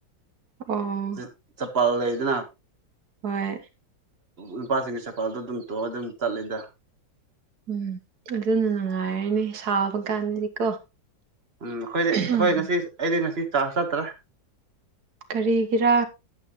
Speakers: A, on the right (about 60°); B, on the right (about 35°).
A: ꯑꯣ
B: ꯖꯤ ꯆꯄꯜ ꯂꯩꯗꯅ
A: ꯍꯣꯏ
B: ꯅꯨꯄꯥꯁꯤꯡꯒꯤ ꯆꯄꯜꯗꯣ ꯗꯨꯝ ꯇꯣꯡꯉ ꯗꯨꯝ ꯆꯠꯂꯤꯗ꯫
A: ꯎꯝ ꯑꯗꯨꯅ ꯅꯨꯡꯉꯥꯏꯔꯅꯤ ꯁꯥꯕ ꯀꯥꯟꯗꯗꯤꯀꯣ꯫
B: ꯎꯝ ꯑꯩꯈꯣꯏꯗꯤ
A: ꯎꯝ
B: ꯑꯍꯣꯏ ꯉꯁꯤ ꯑꯩꯗꯤ ꯉꯁꯤ ꯆꯥꯔꯖ ꯆꯠꯇꯔꯦ ꯫
A: ꯀꯔꯤꯒꯤꯔꯥ